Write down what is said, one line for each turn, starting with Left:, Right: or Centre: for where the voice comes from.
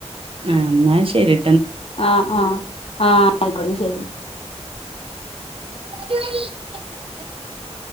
Right: ആ എന്നാ ശരി
Left: ആ ആ ആ ആയിക്കോട്ടെ ശരി
Right: <unintelligible>